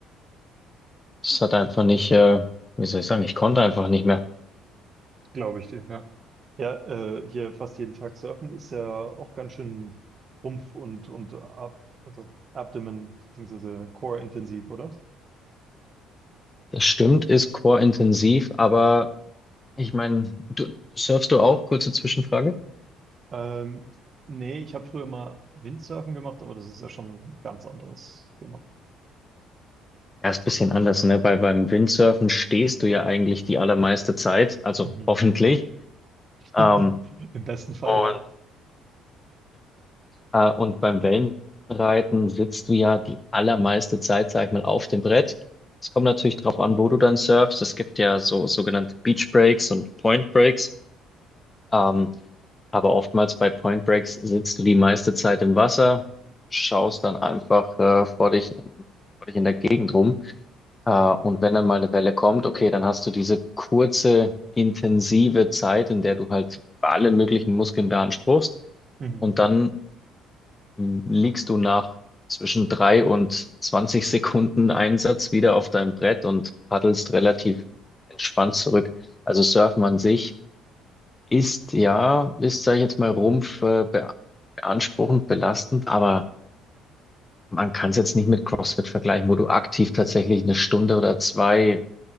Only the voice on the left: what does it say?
Es hat einfach nicht, äh, wie soll ich sagen, ich konnte einfach nicht mehr.
Das stimmt, ist Core-intensiv, aber ich meine, du surfst du auch? Kurze Zwischenfrage.
Ja, ist ein bisschen anders, ne? Weil beim Windsurfen stehst du ja eigentlich die allermeiste Zeit, also
hoffentlich. Ähm,
und,
äh, und beim Wellenreiten sitzt du ja die allermeiste Zeit, sag ich mal, auf dem Brett. Es kommt natürlich drauf an, wo du dann surfst. Es gibt ja so sogenannte Beach Breaks und Point Breaks. Ähm, Aber oftmals bei Point Breaks sitzt du die meiste Zeit im Wasser, schaust dann einfach äh, vor dich, in- vor dich in der Gegend rum. Äh, und wenn dann mal eine Welle kommt, okay, dann hast du diese kurze, intensive Zeit, in der du halt alle möglichen Muskeln beanspruchst.
Und dann mh, liegst du nach zwischen drei und 20 Sekunden Einsatz wieder auf deinem Brett und paddelst relativ entspannt zurück. Also Surfen an sich ist ja, ist, sag ich jetzt mal, Rumpf äh, be beanspruchend, belastend, aber man kann es jetzt nicht mit CrossFit vergleichen, wo du aktiv tatsächlich eine Stunde oder zwei